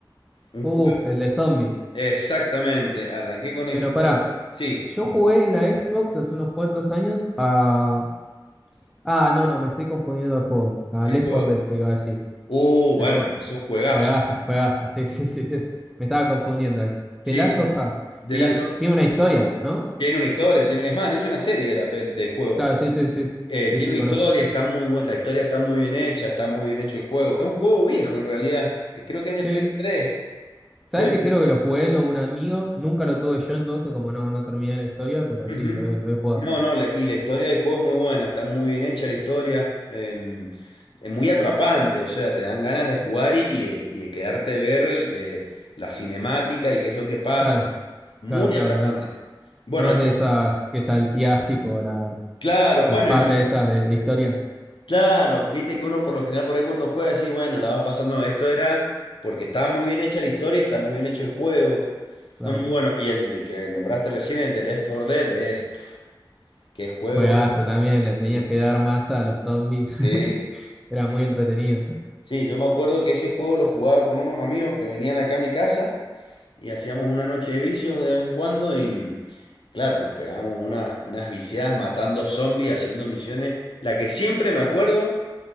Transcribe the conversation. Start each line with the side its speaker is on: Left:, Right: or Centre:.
Left: un
Centre: Uf,
Left: juego.
Centre: el de zombies.
Left: Exactamente, arranqué con el
Centre: Pero
Left: juego.
Centre: pará,
Left: Sí,
Centre: yo jugué en la Xbox hace unos cuantos años a... Ah, no, no, me estoy confundiendo de juego. A
Left: ¿Qué
Centre: Left
Left: juego?
Centre: 4 Dead, te iba a decir.
Left: Uh,
Centre: Left
Left: bueno,
Centre: 4...
Left: pero es un juegazo.
Centre: Juegazo, juegazo, <laughs> sí, sí, sí, sí. Me estaba confundiendo ahí.
Left: Sí,
Centre: The Last
Left: sí.
Centre: of Us.
Left: The
Centre: Y
Left: Last of
Centre: tiene una historia, ¿no?
Left: tiene una historia, tiene, es más, han hecho una serie de la pel- del juego.
Centre: Claro, sí, sí, sí.
Left: Eh,
Centre: Sí,
Left: tiene
Centre: sí,
Left: una
Centre: conozco.
Left: historia, está muy buena, la historia está muy bien hecha, está muy bien hecho el juego. Es un juego viejo en realidad. Te- Creo que es de
Centre: Sí.
Left: Play tres
Centre: ¿Sabes
Left: pero
Centre: que creo que lo jugué en lo de un amigo? Nunca lo tuve yo, entonces como no, no terminé la historia, pero
Left: ujú.
Centre: sí, lo, he- lo he jugado.
Left: No, no, la- y la historia del juego es muy buena, está muy bien hecha la historia. em, es muy atrapante, o sea, te dan ganas de jugar y, y de, y de quedarte a ver eh, la cinemática y qué es lo que pasa.
Centre: Claro,
Left: Muy
Centre: claro, claro.
Left: atrapante.
Centre: No,
Left: Bueno,
Centre: no es de esas que salteás tipo la-
Left: Claro,
Centre: las
Left: bueno,
Centre: partes
Left: imagínate,
Centre: esas de, de historia.
Left: claro, viste que uno por lo general por ahí cuando juega decís, bueno, la vas pasando, no, esto era porque estaba muy bien hecha la historia, está muy bien hecho el juego,
Centre: Claro.
Left: no muy bueno, y el de que nombraste recién, el de Left 4 Dead, es, pf, qué juego,
Centre: Juegazo también, le tenías
Left: y-
Centre: que dar masa a los zombies.
Left: sí,
Centre: <laughs> Era
Left: sí,
Centre: muy
Left: sí,
Centre: entretenido.
Left: sí, yo me acuerdo que ese juego lo jugaba con unos amigos que venían acá a mi casa y hacíamos una noche de vicios de vez en cuando y claro, nos pegábamos unas, unas viciadas matando zombies, haciendo misiones, la que siempre me acuerdo.